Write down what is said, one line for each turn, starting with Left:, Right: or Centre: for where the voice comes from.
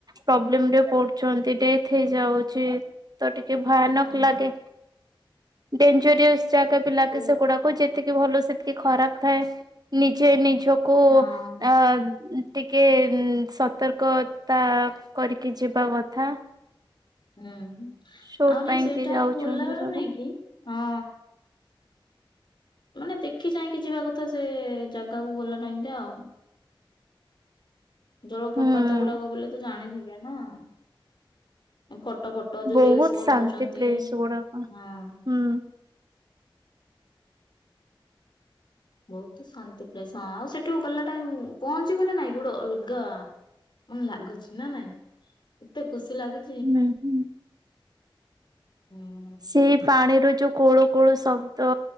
Right: ପ୍ରୋବ୍ଲେମରେ ପଡୁଛନ୍ତି ଡେଥ୍ ହେଇଯାଉଚି ତ ଟିକେ ଭୟାନକ
Left: ହୁଁ
Right: ଲାଗେ। ଡେଞଜରିୟସ ଜାଗା ପିଲା
Left: ସେ
Right: କେ ସେଗୁଡାକୁ ଯେ ସେତିକି ଭଲ ସେତିକି ଖରାପ ଥାଏ ନିଜେ ନିଜକୁ କୁ
Left: ହଁ।
Right: ଅ ଟିକେ ସତର୍କତା କରିକି ଯିବା କଥା।
Left: ହୁଁ।
Right: ସୁଟ
Left: ଆହୁରି
Right: ପାଇଁ
Left: ସେଇଟା
Right: କି ଯାଉଛନ୍ତି
Left: ଗଲା ବେଳକୁ
Right: ସବୁ
Left: ନାଇଁ କି ହଁ। ମାନେ ଦେଖି ଚାହିକି ଯିବା କଥା ସେ ଜାଗାକୁ ଗଲା ଟାଇମ୍ ରେ ଆଉ। ଜଳପ୍ରପାତ
Right: ହୁଁ
Left: ଗୁଡାକ ବୋଲି ତୁ ଜାଣିଥିବୁ। <unintelligible> ଫଟ ଫଟ ଯୋଉ
Right: ବହୁତ
Left: ରିଲ୍ ସି ବନଉଛନ୍ତି
Right: ଶାନ୍ତି ପ୍ଲେସ ଗୁଡାକ।
Left: ହଁ।
Right: ହୁଁ
Left: ବହୁତ ଶାନ୍ତି ପ୍ରସ ହଁ ଆଉ ସେଠୁ ଗଲା ଟାଇ ପହଞ୍ଚିିବଲେ ନାଇଁ ଗୋଟେ ଅଲଗା ମେ ଲାଗୁଛି ନା ନାଇଁ ଏତେ ଖୁସି ଲାଗୁ
Right: ହୁଁ ହୁଁ।
Left: ହୁଁ।
Right: ସେଇ ପାଣିର ଯୋଉ କୋଳୁ କୋଳୁ ଶବ୍ଦ